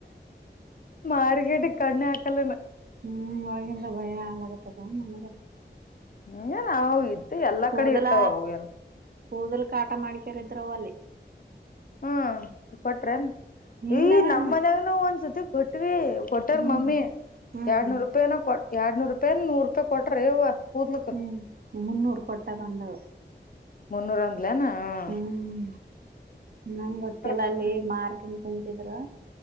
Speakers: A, on the left; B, on the right.
A: ಮಾರಿಕೇಟಿಗ ಕಣ್ಣೆ ಹಾಕಲ್ಲನ
B: ಹ್ಮ್ ಅವಗಿಂದ ಭಯ ಆಗತ್ತದ ನಮಗ
A: <unintelligible>
B: ಕೂದಲ
A: ಕಡೆ ಇರ್ತಾವ ಅವು ಏನ್
B: ಕೂದಲು ಕಾಟ ಮಾಡಿಕಾರಿದ್ರವು ಅಲ್ಲಿ
A: ಹ್ಮ್ ಕೊಟ್ರೇನ್
B: ಇಲ್ಲವನ
A: ಈ ನಮ್ಮ್ ಮನ್ಯಾಗನು ಒಂದ್ಸತಿ ಕೊಟ್ವಿ ಕೊಟಾರ
B: ಹ್ಮ್
A: ಮಮ್ಮಿ
B: ಹ್ಮ್
A: ಎರ್ಡ್ನೂರು ರೂಪಾಯನ ಎರಡ್ನೂರು ರೂಪಾಯನ ನೂರು ರೂಪಾಯಿ ಕೊಟ್ರೆ ಯವ್ವ ಕೂದ್ಲಲ್ಕ
B: ಹ್ಮ್ ಮುನ್ನೂರು ಕೊಟ್ಟದ ಅಂದಳ
A: ಮುನ್ನೂರು ಅಂದ್ಲೇನು ಹೂ
B: ಹ್ಮ್ ನಂಗ್ ಗೊತ್ತಿಲ್ಲ
A: ರೊಕ್ಕ
B: ಲೆ ಮಾರ್ಕನ್ ಕುಂತಿದ್ರು